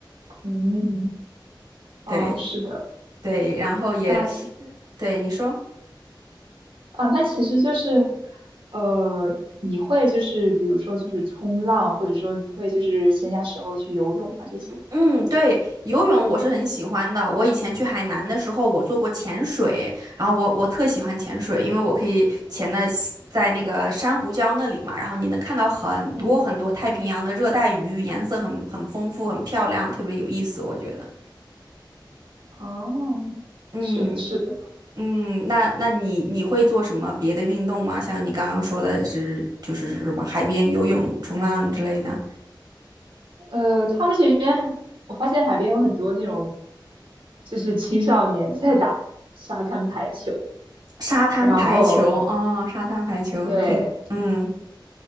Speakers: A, on the right; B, on the right.
A: 嗯，嗯哦，
B: 对
A: 是的，
B: 对，然后也
A: 那行。
B: 对你说。
A: 啊，那其实就是，呃，你会就是比如说就是冲浪，或者说你会就是闲暇时候去游泳啊这些。
B: 嗯，对，游泳我是很喜欢的。我以前去海南的时候，我做过潜水，然后我我特喜欢潜水，因为我可以潜的在那个珊瑚礁那里嘛，然后你能看到很多很多太平洋的热带鱼，
A: 嗯，
B: 颜色很很丰富，很漂亮，特别有意思，我觉得。
A: 哦，
B: 嗯
A: 是的，是的，
B: 嗯，那那你你会做什么别的运动吗？像你刚刚说的是就是什么海边游泳、冲浪之类的，
A: 呃，他们这边还我发现海边有很多那种，就是青少年在打沙滩排球，
B: 沙滩排球哦，
A: 然后
B: 沙滩排球挺嗯。
A: 对，